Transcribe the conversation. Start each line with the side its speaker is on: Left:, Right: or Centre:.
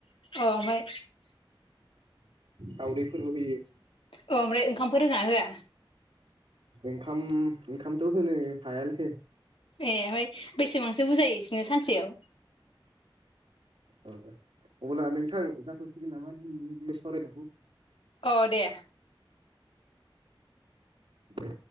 Left: अ ओमफ्राय?
Right: दावदैफोरबो होयो।
Left: अ ओमफ्राय ओंखामफोर रोङा होआ?
Right: ओंखाम ओंखामथ' होनो हायालै।
Left: ए उमफाय बेसेबांसो बुजायो सानसेयाव?
Right: अब्ला नोंथां जाथ'सिगोन नामा दिनैनि बे सावरायनायखौ?
Left: औ दे।
Right: दे।